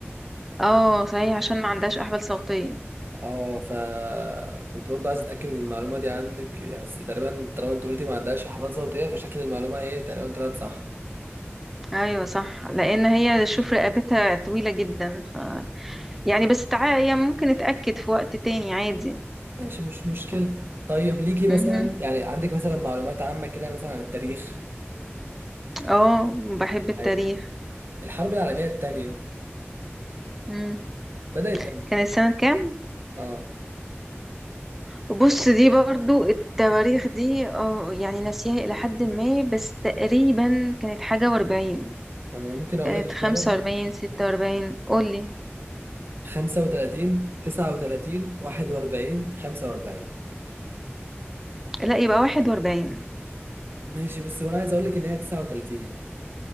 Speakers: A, in the centre; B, on the right (about 55°).
A: اه صحيح عشان ما عندهاش احبال صوتية
B: اه فكنت برضه عايز اتاكد من المعلومه دي عنك بس تقريبا طالما انت قلتي ما عندهاش احبال صوتيه فشكل المعلومه ايه تقريبا طلعت صح
A: ايوه صح لان هي شوف رقبتها طويلة جدا يعني بس تع... يعني ممكن اتأكد في وقت تاني عادي
B: ماشي مش مشكله طيب ليكي مثلا
A: مهم.
B: يعني عندك مثلا معلومات عامه كده مثلا عن التاريخ
A: اه بحب التاريخ
B: حلو الحرب العالميه الثانيه
A: مم.
B: بدات امتى
A: كان السنة كام؟
B: اه
A: بص دي برضو التواريخ دي اه يعني ناسيها إلى حد ما بس تقريبا كانت حاجة وأربعين
B: انا ممكن اقول
A: كانت
B: لك اختيارات
A: خمسة وأربعين ستة وأربعين قولي
B: 35 39 41 45
A: لا يبقى واحد وأربعين
B: ماشي بص وانا عايز اقول لك ان هي 39